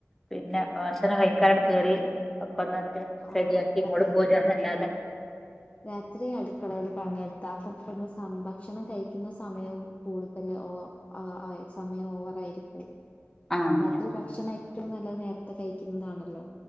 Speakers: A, in the centre; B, on the left (about 25°).
A: പിന്നെ ഭക്ഷണം കഴിക്കാനാട്ട് കേറി ഒക്കെന്ന് റെഡിയാക്കി
B: ആ
A: ഇങ്ങോട്ട്
B: അതെ
A: പോര്കാന്നല്ലാതെ
B: രാത്രി അടുക്കളയിൽ പണിയെടുത്താ അപ്പൊ പിന്നെ ഭക്ഷണം കഴിക്കുന്ന സമയവും കൂടുതൽ ഓ ആഹ് ആഹ് സമയം ഓവർ ആയിപോവും
A: ആഹ്
B: രാത്രി ഭക്ഷണം ഏറ്റവും നല്ലത് നേരത്തെ കഴിക്കുന്നതാണല്ലോ